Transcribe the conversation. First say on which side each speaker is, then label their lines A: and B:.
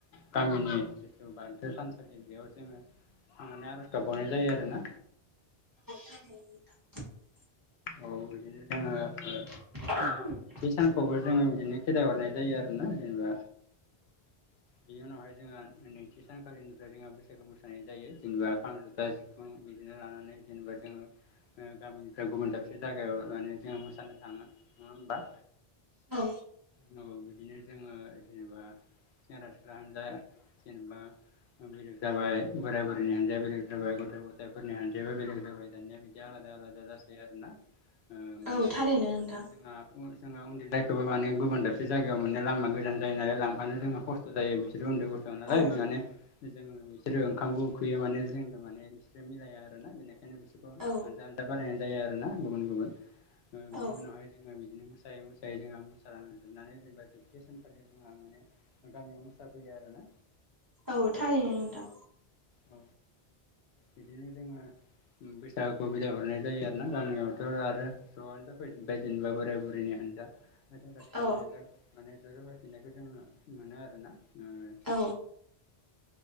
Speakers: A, on the left; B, on the right.
A: गामिनि जिथु बाथौ थानसालि बेयाव जोङो थांनानै आर'ज गाबबावनाय जायो आरोना
B: <unintelligible>
A: औ बिदिनो जोङो ओ।
B: <unintelligible>
A: सानखौबो जोङो बिदिनो खेदाय हरनाय जायो आरो ना जेनेबा बिनि उनावहाय जोङो नैथि सानखालिनिफ्राय जोङो बैसागो मोस नाय जायो जेनेबा खाम जथा सिफुं बिदिनो लानानै जेनेबा जोङो ओ गामिनिफ्राय गुबुन दाबसे जायगायाव माने जोङो मोसानो थाङो नङा होमबा?
B: औ
A: औ बिदिनो जोङो जेनेबा सेंग्रा सिख्ला हानजा जेनेबा बेलेग जाबाय बोराय बुरिनि हान्जाया बेलेग जाबाय गथ' गथायफोरनि हान्जायाबो बेलेग जाबाय दानिया बिदि बिदि आलादा आलादा जासै आरोना ओ माने
B: औ थारैनो नोंथां
A: जोंहा जोंहा उन्दै जायखौबो माने गुबुन दाबसे जायगायाव माने लामा गोजान जायो नालाय लांफानो जोंहा खस्थ' जायो बिस बिसोरथ' उन्दै गथ' नालाय
B: औ
A: बे माने जोङो बिसिनि बिसोरो ओंखामबो उखैयो माने जोंनो माने बिसोरो मिलाया आरोना बेनिखायनो बिसोरखौ
B: औ
A: आनजा आनजा बानायनानै जायो आरोना गुबुन गुबुन ओ
B: औ
A: बिनि उनावहाय जोङो बिदिनो मोसायै मोसायै जोङो गालांजोबनानै जेनेबा जोबथि सानखालि जोंहा माने गामियाव मोसाफैयो आरोना
B: औ थारैनो नोंथां
A: औ बिदिनो जोङो बैसागुखौ बिदाय हरनाय जायो आरो ना गामियावथ' आरो ज'आनो जाफैफिनबाय जेनेबा बोराय बुरैनि हान्जा सेंग्रा सिख्लानि
B: औ
A: हान्जा माने ज' जागायफिननायखौ जोङो मोनो आरोना ओ
B: औ